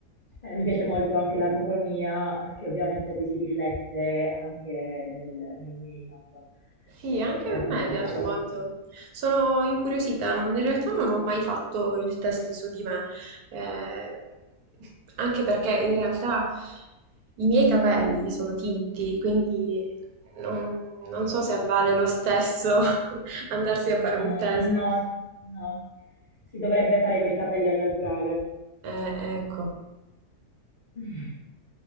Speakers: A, on the left; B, on the right.
A: Eh, mi piace molto anche l'armocromia, eh, che ovviamente poi si riflette anche nel, nel make-up,
B: Sì,
A: eh,
B: anche
A: oltre
B: a me
A: che sugli
B: piace
A: outfit.
B: molto. Sono incuriosita, non- in realtà non ho mai fatto il test su di me, eh, anche perché in realtà i miei capelli sono tinti, quindi non, non so se vale lo stesso <laughs> andarsi
A: Mm,
B: a fare un test.
A: no, no, si dovrebbe fare con i capelli al naturale.
B: Eh, ecco.
A: Mh.